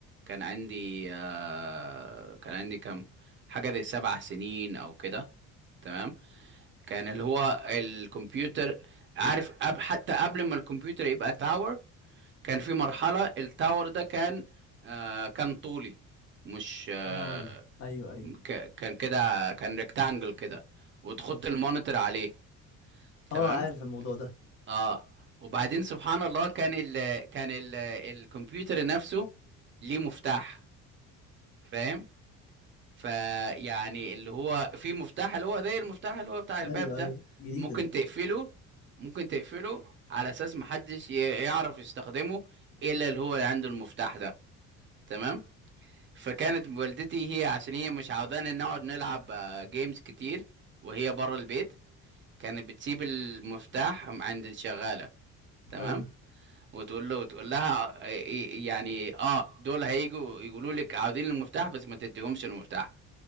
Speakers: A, on the right (about 35°); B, on the left (about 45°).
A: كان عندي آه كان عندي كام حاجة زي سبع سنين او كده تمام كان اللي هو الكمبيوتر عارف أب حتى قبل ما الكمبيوتر يبقى تاور كان في مرحلة التاور ده كان آه كان طولي مش آه
B: اه ايوه ايوه
A: ك- كان كده كان ريكتانجل كده وتحط
B: أمم.
A: المونيتور عليه تمام
B: اه عارف الموضوع ده
A: اه وبعدين سبحان الله كان ال كان ال الكمبيوتر نفسه ليه مفتاح فاهم فيعني اللي هو في مفتاح اللي هو زي المفتاح اللي هو بتاع الباب
B: ايوه
A: ده
B: ايوه جديده
A: ممكن
B: دي
A: تقفله ممكن تقفله على اساس محدش ي- يعرف يستخدمه الا اللي هو اللي عنده المفتاح ده تمام فكانت والدتي هي عشان هي مش عاوزانا نقعد نلعب آه، جيمز كتير وهي بره البيت كانت بتسيب المفتاح عند الشغالة تمام
B: ايوه
A: وتقول له وتقول لها آه، إيه- يعني اه دول هيجوا يقولوا لك عاوزين المفتاح بس ما تديهمش المفتاح